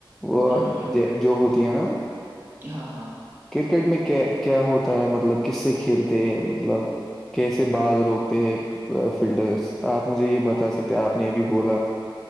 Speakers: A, in the centre; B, on the right.
A: وہ
B: ہاں بھائی
A: جو ہوتی ہے نا
B: ہاں ہاں
A: کرکٹ میں کیا کیا ہوتا ہے مطلب کس سے کھیلتے ہیں مطلب کیسے بعض روکتے ہیں فلٹرس آپ مجھے یہ بتا سکتے آپ نے ابھی بولا